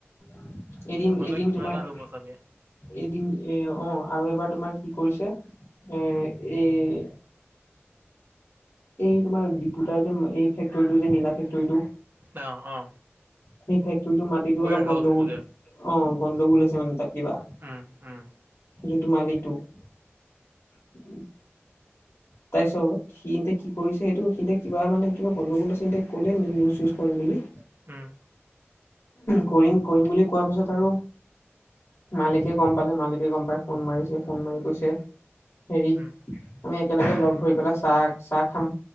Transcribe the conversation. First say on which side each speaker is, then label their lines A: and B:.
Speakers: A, on the left; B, on the right.
A: <inaudible> এদিন-এদিন
B: নহ'লে কিবা
A: তোমাৰ,
B: এটা হ'ব চাবি
A: এদিন এ অ' আৰু এবাৰ তোমাৰ কি কৰিছে এ এই এই তোমাৰ ডিপুদাৰ যে এই ফেক্টৰীটো যে নীলা ফেক্টৰীটো
B: অ' অ'
A: সেই ফেক্টৰীটো মাটিতো
B: ৱেৰ
A: অলপ
B: হাউচটো
A: গণ্ডগোল,
B: যে
A: অ' গণ্ডগোল আছে মানে তাত। কিবা
B: উম, উম,
A: যোনটো মালিকটো উম' <inaudible> ছত সি এতিয়া কি কৰিছে সেইটো সি কিবা মানে কিবা গণ্ডগোল আছে এ ক'লে নিউচ চিউজ কৰিম বুলি।
B: উম'
A: কৰিম-কৰিম বুলি কোৱা পাছত আৰু মালিকে গম পালে, মালিকে গম পাই ফোন মাৰিছে, ফোন মাৰি কৈছে হেৰি
B: উম।
A: আমি একেলগে লগ ধৰি পেলাই চাহ চাহ খাম।